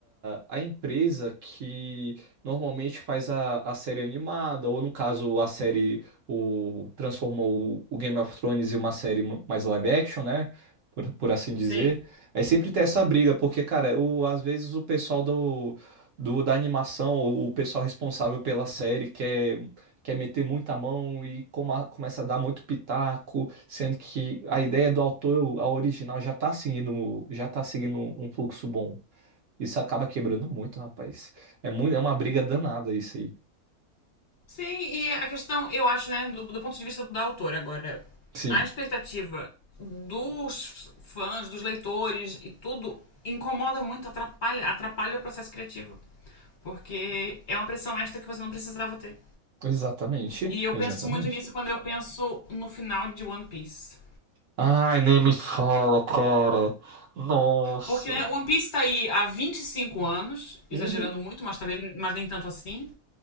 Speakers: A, on the right (about 60°); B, on the left (about 50°).
A: a, a empresa que normalmente faz a, a série animada, ou no caso, a série o, transformou o, o Game of Thrones em uma série ma- mais live action, né? Por, por assim dizer.
B: sim.
A: Aí sempre tem essa briga, porque, cara, o, às vezes o pessoal do, do- da animação, ou o pessoal responsável pela série, quer, quer meter muita mão e coma- começa a dar muito pitaco, sendo que a ideia do autor, a original, já tá seguindo, já tá seguindo um fluxo bom. Isso acaba quebrando muito, rapaz. É muito, é uma briga danada isso aí.
B: Sim, e a questão, eu acho, né, do, do ponto de vista da autora agora,
A: Sim,
B: a expectativa dos fãs, dos leitores e tudo incomoda muito, atrapalha, atrapalha o processo criativo. Porque é uma pressão extra que você não precisava ter.
A: exatamente,
B: E eu
A: exatamente.
B: penso muito nisso quando eu penso no final de One Piece.
A: Ai, nem me fala, cara. Nossa.
B: Porque, né, One Piece tá aí há 25 anos, exagerando
A: Uhum.
B: muito, mas talvez mas nem tanto assim.